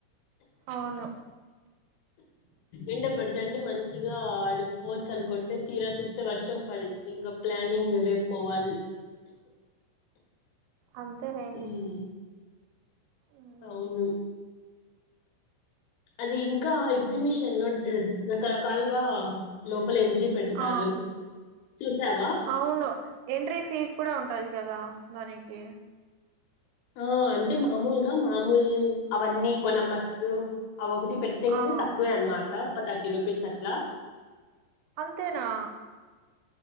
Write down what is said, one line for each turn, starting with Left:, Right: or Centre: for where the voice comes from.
Right: అవును
Left: ఎండా పడతంటే మం చిగా అడుపోవచ్చు అనుకుంటే తీరా చూస్తే వర్షం పడింది ఇంకా ప్లానింగ్ రేపు పోవాలి
Right: అంతేలేండి
Left: ఉమ్
Right: ఉమ్,
Left: అవును అది ఇంకా ఎగ్జిబిషన్ లో రకరకాలుగా లో ప్పులంకీ పెడతారు
Right: ఆ
Left: చూసావా
Right: అవును ఎంట్రీ ఫీజు కూడా ఉంటది కదా దానికి
Left: ఆ అంటే మామూలుగా మామూలు అవన్నీ కొలంబస్ ఆ ఒకటి పెడితే కింద
Right: ఆ
Left: తక్కువే అనమాట ఒక థర్టీ రూపీస్ అట్లా
Right: అంతేనా